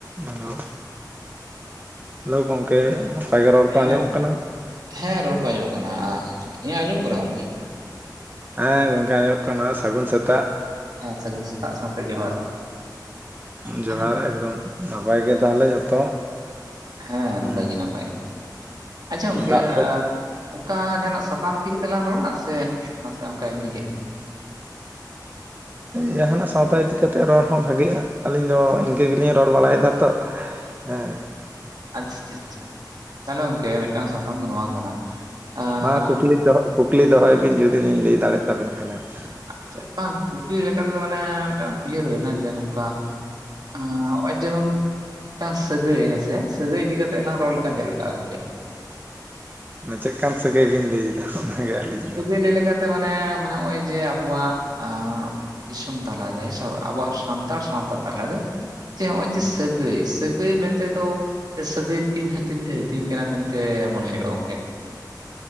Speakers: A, on the right (about 25°); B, on the right (about 60°).
A: Hello hello ᱜᱚᱝᱠᱮ ᱵᱷᱟᱜᱮ ᱨᱚᱲ
B: ᱦᱮᱸ,
A: ᱠᱚ ᱟᱸᱡᱚᱢᱚᱜ ᱠᱟᱱᱟ?
B: ᱦᱮᱸ ᱨᱚᱲ ᱠᱚ ᱟᱡᱚᱢᱚᱜ ᱠᱟᱱᱟ ᱟᱨ ᱤᱧᱟᱹᱜ ᱟᱸᱡᱚᱢᱚᱜ ᱠᱟᱱᱟ ᱜᱚᱝᱠᱮ?
A: ᱦᱮᱸ ᱜᱚᱝᱠᱮ ᱟᱸᱡᱚᱢᱚᱜ ᱠᱟᱱᱟ ᱥᱟᱹᱜᱩᱱ ᱥᱮᱛᱟᱜ᱾
B: ᱦᱮᱸ ᱥᱟᱹᱜᱩᱱ ᱥᱮᱛᱟᱜ ᱥᱟᱶᱛᱮ ᱡᱚᱦᱟᱨ
A: ᱡᱚᱦᱟᱨ
B: <unintelligible>
A: ᱮᱠᱫᱚᱢ ᱱᱟᱯᱟᱭ ᱜᱮ ᱛᱟᱦᱚᱞᱮ ᱡᱷᱚᱛᱚ?
B: ᱦᱮᱸ
A: ᱦᱩᱸ
B: ᱱᱟᱯᱟᱭ ᱜᱮ ᱱᱟᱯᱟᱭ ᱜᱮ ᱟᱪᱪᱷᱟ ᱜᱚᱝᱠᱮ
A: ᱫᱟᱜ ᱠᱚ
B: ᱟᱯ ᱚᱠᱟ ᱡᱟᱦᱟᱱᱟᱜ ᱥᱟᱛᱟᱢ ᱤᱫᱤ ᱠᱟᱛᱮᱜ ᱞᱟᱝ ᱨᱚᱲᱟ ᱥᱮ ᱱᱟᱥᱮ ᱚᱱᱠᱟ ᱮᱢᱱᱤ ᱜᱮ?
A: ᱡᱟᱦᱟᱱᱟᱜ ᱥᱟᱶᱛᱟ ᱤᱫᱤ ᱠᱟᱛᱮ ᱨᱚᱲ ᱦᱚᱸ ᱵᱷᱟᱜᱮᱜᱼᱟ ᱟᱹᱞᱤᱧ ᱫᱚ ᱤᱱᱠᱟᱹ ᱜᱮᱞᱤᱧ ᱨᱚᱲ ᱵᱟᱲᱟᱭᱮᱫᱟ ᱛᱚ᱾ ᱦᱮᱸ
B: ᱟᱪᱷᱟ ᱪᱟᱪᱷᱟ ᱛᱟᱦᱚᱞᱮ ᱜᱚᱝᱠᱮ ᱢᱤᱫᱴᱟᱝ ᱥᱟᱛᱟᱢ ᱫᱚ ᱱᱚᱣᱟ ᱠᱟᱱᱟ ᱟᱸᱻ
A: ᱢᱟ ᱠᱩᱠᱞᱤ ᱫᱚᱦᱚ ᱠᱩᱠᱞᱤ ᱫᱚᱦᱚᱭ ᱵᱤᱱ ᱡᱩᱫᱤ ᱞᱤᱧ ᱞᱟᱹᱭ ᱫᱟᱲᱮᱭᱟᱜ ᱛᱟᱵᱤᱱ ᱠᱷᱟᱱ ᱦᱟᱸᱜ ᱾
B: ᱟᱪᱪᱷᱟ ᱢᱤᱫᱴᱟᱝ ᱠᱩᱠᱞᱤ ᱞᱮᱠᱟ ᱛᱮᱫᱚ ᱢᱟᱱᱮ ᱢᱤᱫᱴᱟᱝ ᱩᱭᱦᱟᱹᱨ ᱵᱷᱟᱵᱱᱟ ᱡᱮ ᱱᱚᱝᱠᱟ ᱚᱸ ᱦᱚᱸᱜᱼᱚᱭ ᱡᱮᱢᱚᱱ ᱢᱤᱫᱴᱟᱝ ᱥᱟᱹᱜᱟᱹᱭ ᱦᱮᱸᱥᱮ ᱥᱟᱹᱜᱟᱹᱭ ᱤᱫᱤ ᱠᱟᱛᱮᱜ ᱞᱟᱝ ᱨᱚᱲ ᱞᱮᱠᱷᱟᱱ ᱪᱮᱫ ᱞᱮᱠᱟᱜᱼᱟ ᱜᱚᱝᱠᱮ?
A: ᱪᱮᱫᱠᱟᱱ ᱥᱟᱹᱜᱟᱹᱭ ᱵᱤᱱ ᱞᱟᱹᱭᱫᱟ ᱚᱱᱟᱜᱮ ᱟᱹᱞᱤᱧ
B: ᱥᱟ.
A: ᱫᱚ
B: ᱜᱟᱹᱭ ᱞᱟᱭ ᱞᱮᱠᱟᱛᱮ ᱢᱟᱱᱮ ᱱᱚᱜᱼᱚᱭ ᱡᱮ ᱟᱵᱚᱣᱟᱜ ᱟᱸ ᱫᱤᱥᱚᱢ ᱛᱟᱞᱟᱨᱮ ᱟᱵᱚᱣᱟᱜ ᱥᱟᱱᱛᱟᱲ ᱥᱟᱶᱛᱟ ᱛᱟᱞᱟᱨᱮ ᱡᱮ ᱱᱚᱜᱼᱚᱭ
A: ᱦᱮᱸ
B: ᱡᱮ ᱥᱟᱹᱜᱟᱹᱭ, ᱥᱟᱹᱜᱟᱹᱭ ᱢᱮᱱᱛᱮ ᱫᱚ ᱥᱮ ᱥᱟᱹᱜᱟᱹᱭ ᱛᱤᱱ ᱦᱟᱛᱤᱧ ᱛᱮ ᱦᱛᱤᱧ ᱠᱟᱱᱟ ᱢᱮᱱᱛᱮ ᱢᱚᱱᱮ ᱦᱩᱭᱩᱜᱼᱟ ᱜᱚᱝᱠᱮ᱾